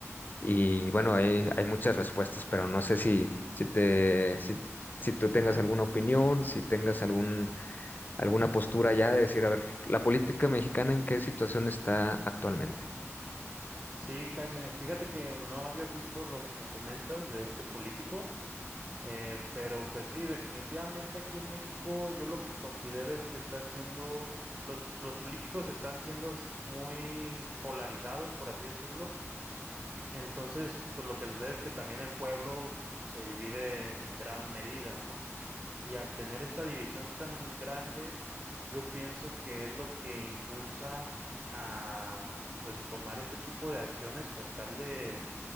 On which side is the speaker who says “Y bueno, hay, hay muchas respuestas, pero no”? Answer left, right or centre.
Left